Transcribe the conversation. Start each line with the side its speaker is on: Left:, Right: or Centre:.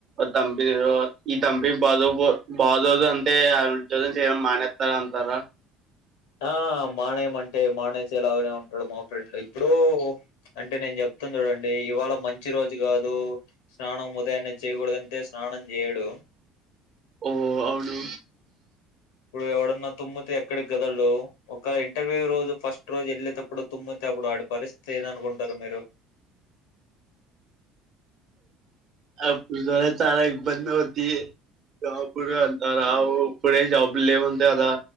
Right: కంపెనీ ఈ కంపెనీ బాదో బాధోదు అంటే ఆ ఉద్యోగం చేయడం మానేస్తారు అంటారా
Left: ఆ మానే మంట మానేసే లాగానే ఇక్కడ మా ఫ్రెండ్ ఇప్పుడు అంటే నేను చెప్తును చూడండి అ ఇవాళ మంచి రోజు కాదు దో స్నానం ఉదయం చేయకూడదంటే స్నానం చేయడు
Right: ఓ అవును
Left: ఇప్పుడు ఎవడున్నా తుమ్మితే ఎక్కడికి కదలడు ఒక ఇంటర్వ్యూ రోజు ఫస్ట్ రోజు వెళ్ళేటప్పుడు తుమ్మితే అప్పుడు ఆడి పరిస్థితి ఏంది అనుకుంటారు మీరు
Right: అప్పుడు సరే చాలా ఇబ్బంది అవుద్ది జాబ్ అంత రావు ఇప్పుడే జాబులు లేవుంటే కదా